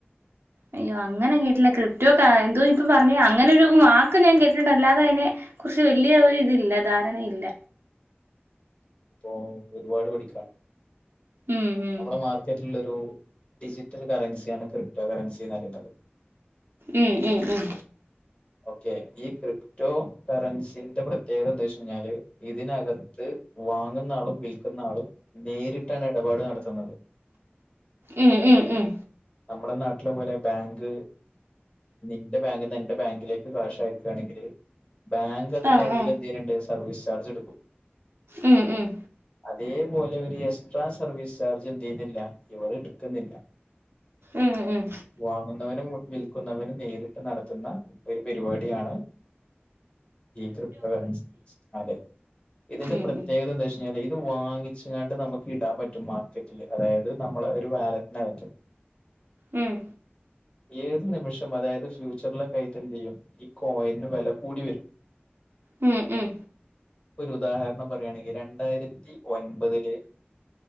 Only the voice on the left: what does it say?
ഇപ്പോ ഒരുപാട് പടിക്കാനുണ്ട്
നമ്മുടെ മാർക്കറ്റിലുള്ളൊരു ഡിജിറ്റൽ കറൻസിയാണ് ക്രിപ്റ്റോ കറൻസിയെന്ന് പറയുന്നത്.
ഓക്കേ ഈ ക്രിപ് റ്റോ കറൻസിന്റെ പ്രത്യേകത എന്താന്ന് വെച്ച് കഴിഞ്ഞാൽ ഇതിനകത്ത് വാങ്ങുന്ന ആളും വിൽ ന്ന ആളും നേരിട്ടാണ് ഇടപാട് നടത്തുന്നത്.
നമ്മുടെ നാട്ടിലെ പോലെ ബാങ്ക് നിന്റെ ബാങ്കിന്നൊ എന്റെ ബാങ്ക് ഇതിലേക്ക് കാഷ് അയക്കുകയാണെങ്കില് ബാങ്ക് അതിന്റെ
അടിയിൽ
എന്ത് ചെയ്യണുണ്ട് സർവീസ് ചാർജ് എടുക്കും
അതേപോലെ ഒരു എക്സ്ട്രാ സർവീസ് ചാർജ് എന്ത് ചെയ്യുന്നില്ല ഇവര് എടുക്കുന്നില്ല
വാങ്ങുന്നവനും വി വിൽക്കുന്നവനും നേരിട്ട് നടത്തുന്ന ഒരു പരിപാടിയാണ് ഈ ക്രിപ്റ്റോ കറൻസി അതെ ഇതിന്റെ
പ്രത്യേകത
എന്താ വച്ചാ അല്ല ഇത് വാങ്ങിച്ചങ്ങാണ്ട് നമുക്ക് ഇടാൻ പറ്റും മാർക്കറ്റില് അതായത് നമ്മള് ഒരു വാലറ്റിനകത്ത്
ഏത് നിമിഷം അതായത് ഫ്യൂച്ചറിലെ കഴി ഞ്ഞിട്ട് എന്ത് ചെയ്യും ഈ കോയിന് വില കൂടി വരും
ഒരു ഉദാഹരണം പറയാണെങ്കി രണ്ടായിരത്തി ഒൻപതില്